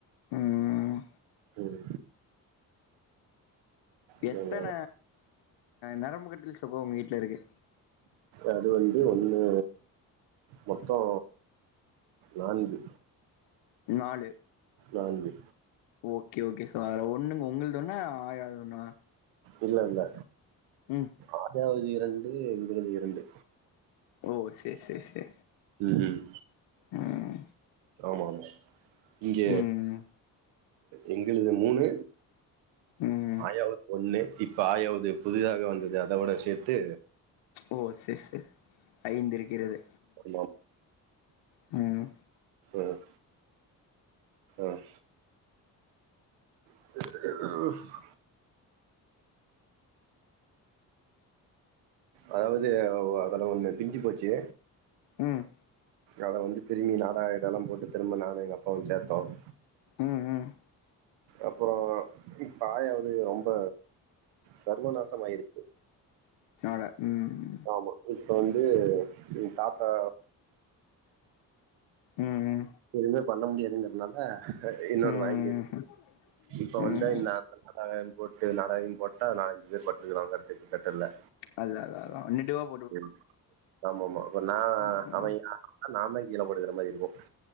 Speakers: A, on the left (about 80°); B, on the right (about 85°).
A: ம்
B: ம் சரிங்களா
A: எத்தன நரம்பு கட்டில் சொக்க உங்க வீட்ல இருக்கு
B: அது வந்து ஒண்ணு மொத்தோ நான்கு
A: நாலு
B: நான்கு
A: ஓகே ஓகே சார் ஒண்ணு உங்களுது ஒன்னு ஆயாவதொண்ணா
B: இல்ல இல்ல
A: ம்
B: ஆயாவுது இரண்டு எங்களுது இரண்டு
A: ஓ செரி செரி செரி
B: ம்
A: ம்
B: ஆமாமா இங்க
A: ம்
B: எங்ள்து மூணு
A: ம்
B: ஆயாவுக் ஒண்ணு இப்ப ஆயாவ்து புதிதாக வந்தது அதவட சேத்து
A: ஓ செர் செர் ஐந்திருக்கிறது
B: ஆமா
A: ம்
B: ம் ம் <inaudible> அதாவது அதல ஒண்ணு பிஞ்சி போச்சு
A: ம்
B: அத வந்து திரும்பி நாடாகீடால்லா போட்டு திரும்ப நானு எங்க அப்பாவு சேத்தோ <inaudible>
A: ம் ம்
B: அப்புறோ இப்ப ஆயாவ்து ரொம்ப சர்வநாசமாயிருக்
A: நாடா ம்
B: ஆமா இப்ப வந்து என் தாத்தா
A: ம்
B: எதுமே பண்ண முடியாதுங்கிறதுனால இன்னோன்னு
A: ம் ம்
B: வாங்கியாச்சி இப்ப வந்தார்
A: ம்
B: நான் நாடா வாய்ங் போட்டு நாடாவ்யு போட்டா நாலஞ்சு பேர் பத்துக்லா கட்டுல்க்கு பக்கத்ல
A: அதுதா அதா அதா இங்குட்டு ஓ
B: ம் ஆமா ஆமா அப்ப நா
A: ம்
B: அவ ஏன் நா தா கீழ படுக்குற மாரி இருக்கு